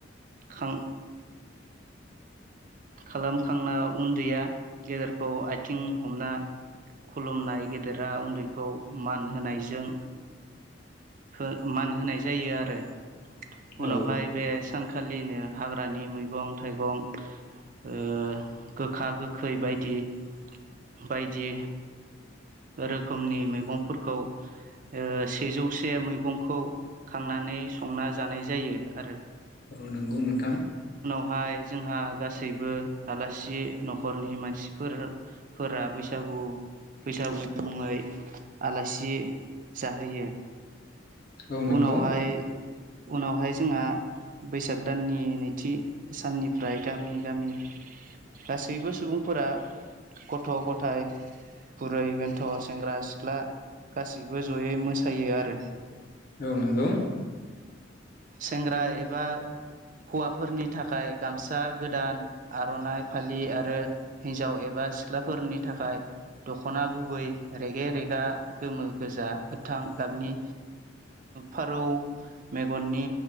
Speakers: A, on the right (about 45°); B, on the left (about 50°).
A: खां खालामखांना उन्दैया गेदेरखौ आथिं हमना खुलुमनाय गेदेरा उन्दैखौ मान होनायजों खो मान होनाय जायो आरो
B: औ
A: उनावहाय बे सान खालिनो हाग्रानि मैगं थाइगं ओ गोखा-गोखै बायदि-बायदि रोखोमनि मैगंफोरखौ ओ सेजौसे मैगंखौ खांनानै संना जानाय जायो आरो।
B: औ नंगौ नोंथां।
A: बेहाय जोंहा गासैबो आलासि न'खरनि मानसिफोर फोर बैसागु बैसागुनि मुङै आलासि जाहोयो।
B: औ नंगौ
A: उनावहाय-उनावहाय जोंहा बैसाग दाननि नैथि साननिफ्राय गामि-गामि गासैबो सुबुंफोरा गथ' गथाय बुरै बेन्थ' सेंग्रा सिख्ला गासैबो जयै मोसायो आरो।
B: औ नंगौ।
A: सेंग्रा एबा हौवाफोरनि थाखाय गामसा गोदान आर'नाइ फालि आरो हिन्जाव एबा सिख्लाफोरनि थाखाय दख'ना गुबै रेगे रेगा गोमो गोजा गोथां गाबनि। फारौ मे आगननि